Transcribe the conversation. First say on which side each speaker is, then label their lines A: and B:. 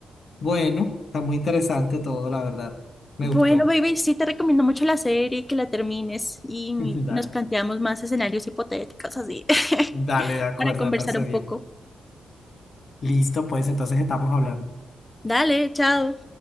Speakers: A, on the left (about 60°); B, on the left (about 20°).
A: Bueno, está muy interesante todo, la verdad. Me
B: Bueno,
A: gustó.
B: baby, sí te recomiendo mucho la serie, que la termines y
A: <laughs> Dale,
B: nos planteamos más escenarios hipotéticos así <laughs>
A: dale, de acuerdo,
B: para conversar
A: me parece
B: un
A: bien.
B: poco.
A: Listo, pues entonces estamos hablando.
B: Dale, chao.